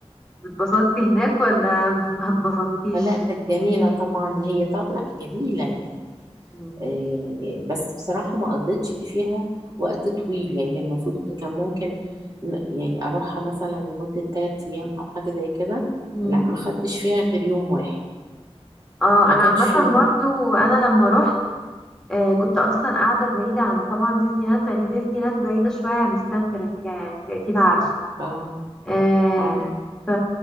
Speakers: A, in the centre; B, on the right.
A: اتبسطتي هناك ولا <laughs> ما اتبسطتيش
B: فلا كانت جميلة طبعا هي طب لا جميلة يعني
A: مم.
B: إيه، بس بصراحة ما قضيتش فيها وقت طويل يعني هي المفروض إن كان ممكن ن- يعني أروحها مثلا لمدة تلات أيام أو حاجة زي كده
A: مم.
B: لا ما خدتش فيها غير يوم واحد
A: اه
B: ما
A: انا
B: كانش فيه
A: عامه
B: وقت
A: برضو انا لما رحت آه، كنت اصلا قاعده بعيده عن طبعا ديزني لاند لان ديزني لاند بعيده شويه عن ستانتر انت يعني انت اكيد عارفه
B: اه
A: آه،
B: اه
A: ف